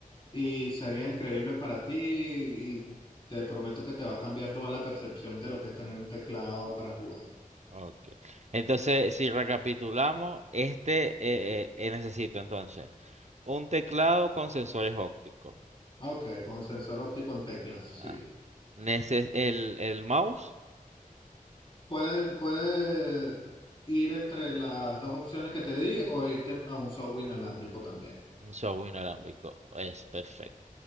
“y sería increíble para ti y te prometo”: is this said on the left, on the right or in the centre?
Left